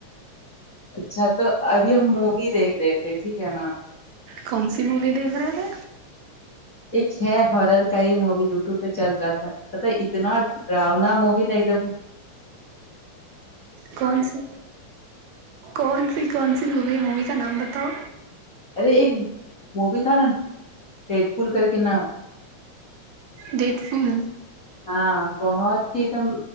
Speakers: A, on the left; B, on the right.
A: اچھا تو ابھی ہم مووی دیکھ رہے تھے ٹھیک ہے نا
B: کون سی مووی دیکھ رہے تھے
A: ایک ہے ہارر کئی مووی یوٹیوب پہ چل رہا تھا اتنا اتنا ڈراونا موی بھی نہیں دیکھو
B: کون سی کون سی کون سی موی ہے مووی کا نام بتاؤ
A: ارے ایک مووی تھا نا ہیڈ فول کر کے نام
B: ڈیٹ فول
A: ہاں بہت ہی دم